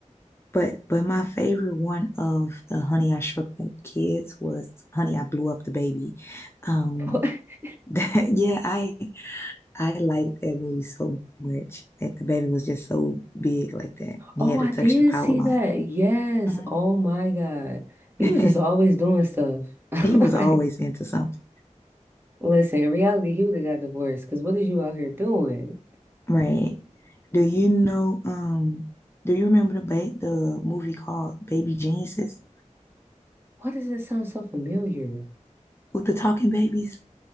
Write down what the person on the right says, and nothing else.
<laughs>
Oh,
I
did
see
that. Yes.
Oh my God. He
was just always doing stuff. <laughs>
Like,
listen, in reality, he would have got divorced because what is you out here doing?
Why does that sound so familiar?